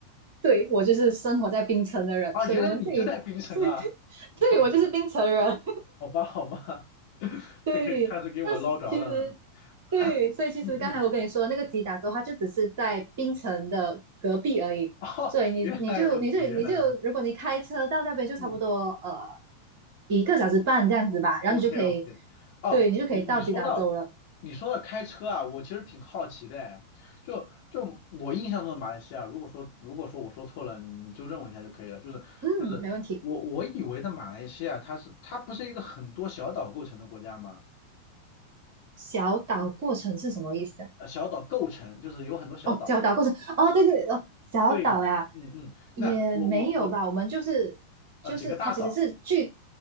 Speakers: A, on the right (about 50°); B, on the left (about 50°).
A: 对我就是生活在槟城的人，
B: 啊，
A: 所以我们这里
B: 原来你就在槟城啊。
A: <laughs>
B: <laughs>
A: 对我就是槟城人。
B: <laughs> 好吧，好吧，<laughs>
A: 对，
B: 这可以开始给我捞着了。
A: 那是其实对，
B: <coughs>
A: 所以其实刚才我跟你说那个吉打州，
B: 嗯嗯，
A: 它就只是在槟城的隔壁而已，
B: 哦，
A: 所以你你就你就你就如果你开车到那边就差不多呃
B: 原来如此，原来如此。嗯
A: 一个小时半这样子吧，然后你就可以，
B: ，OK OK。哦，
A: 对你就可以到吉打州了。
B: 你你说到你说到开车啊，我其实挺好奇的哎。就就我印象中的马来西亚，如果说如果说我说错了，你纠正我一下就可以了。就是就是我我以为的马来西亚，
A: 嗯，没问题。
B: 它是它不是一个很多小岛构成的国家吗？
A: 小岛过程是什么意思啊
B: 呃，小岛构成就是有很多小岛，
A: 哦，小岛过程，哦，对对哦，小岛呀，
B: 对吧？嗯嗯，
A: 也没有吧，
B: 那我我我
A: 我们就是就是它其实是剧，
B: 呃几个大岛。